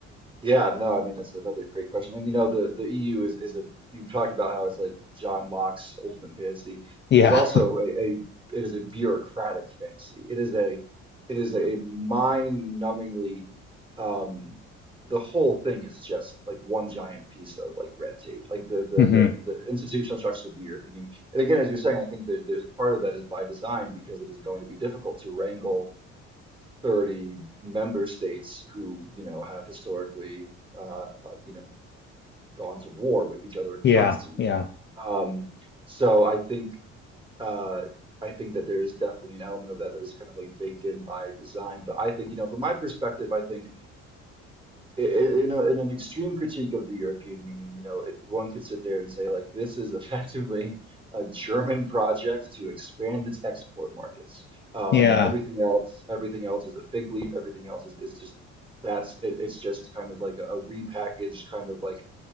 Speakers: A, on the right (about 15°); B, on the left (about 35°).
A: Yeah, no, I mean that's another great question. And you know, the the EU is is a you've talked about how it's like John Locke's ultimate fantasy.
B: Yeah.
A: It is also a, a it is a bureaucratic fantasy. It is a it is a mind-numbingly um the whole thing is just like one giant piece of like red tape. Like the the
B: <laughs> hmm
A: the the institutional structure of the European Union. And again, as you're saying, I think that there's part of that is by design because it is going to be difficult to wrangle 30 member states who, you know, have historically, uh, uh, you know, gone to war with each other
B: Yeah.
A: constantly.
B: Yeah.
A: Um, so I think, uh, I think that there is definitely an element of that that is kind of like baked in by design. But I think, you know, from my perspective, I think i- i- in a, in an extreme critique of the European Union, you know, it, one could sit there and say, like, this is <laughs> effectively a German project to expand its export markets, um,
B: Yeah.
A: and everything else, everything else is a fig leaf. Everything else is, is just that's it, it's just kind of like a, a repackaged kind of like,